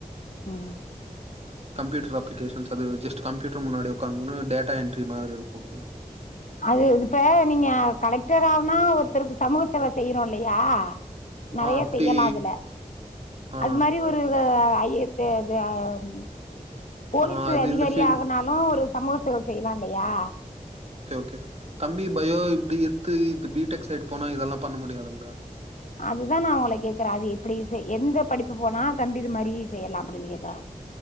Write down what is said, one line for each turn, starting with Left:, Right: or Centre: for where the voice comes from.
Left: ம்
Right: கம்ப்யூட்டர் அப்ளிகேஷன்ஸ் அது ஜஸ்ட்டு கம்யூட்டர் முன்னாடி உக்காந்துனு டேட்டா என்ட்ரி மாதிரி இருக் குங்க
Left: அது இப்ப நீங்க கலெக்டர் ஆனா ஒருத்தருக்கு சமூக சேவ செய்யறோ இல்லயா
Right: ஆ
Left: நெறைய
Right: அப்டி
Left: செய்யலா அதுல
Right: ஆ
Left: அது மாரி ஒரு அ, ஐ ஏ தே அது ஆ ம் போலீஸ்
Right: ஆ அது
Left: அதிகாரி
Right: இந்த ஃபீல்
Left: ஆகனாலு ஒரு சமூக சேவ செய்யலா இல்லயா
Right: கே தம்பி பயோ இப்டி எத்து இது பி டெக் சைடு் போனா இதெல்லா பண்ண முடியாதுங்க
Left: அது தா நா உங்கள கேக்கறே அது எப்டி சே எந்த படிப்பு போனா தம்பி இது மாரி செய்யலா அப்டின்னு கேக்கறே